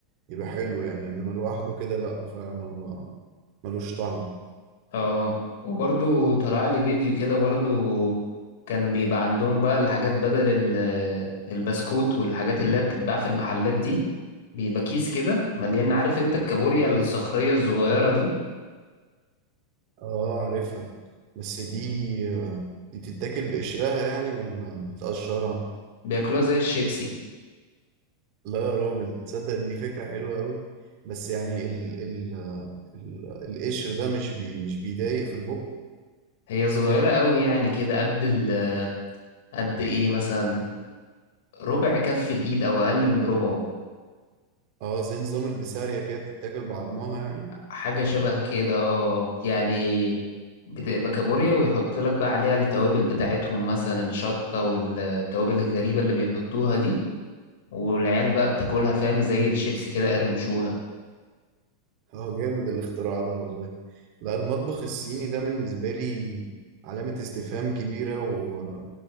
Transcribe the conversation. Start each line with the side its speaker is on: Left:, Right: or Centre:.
Right: يبقى حلو يعني إنما لوحده كده لا فعلا هو ملوش طعم
Left: اه وبرضو طلع لي فيديو كده برضو كان بيبقى عندهم بقى الحاجات بدل ال- البسكوت والحاجات اللي هي بتتباع في المحلات دي بيبقى كيس كده مليان عارف انت الكابوريا الصخريه الصغيره دي
Right: اه عارفها بس دي آه، دي بتتاكل بقشرها يعني ولا بتقشرها
Left: بياكلوها زي الشيبسي
Right: لا يا راجل تصدق إن دي فكرة حلوة قوي بس يعني ال ال ال القشر ده مش بي مش بيضايق في البق
Left: هي صغيرة قوي يعني كده قد ال قد ايه مثلا ربع كف الايد او اقل من ربعه
Right: اه زي نظام البسارية كده تتاكل بعضمها يعني
Left: حاجة شبه كده اه يعني بتبقى كابوريا ويحط لك بقى عليها التوابل بتاعتهم مثلا الشطة والتوابل الغريبة اللي بيحطوها دي والعيال بقى بتاكلها فاهم زي الشيبس كده قرمشوها
Right: اه جامد الاختراع ده والله لا المطبخ الصيني ده بالنسبة لي علامة استفهام كبيرة و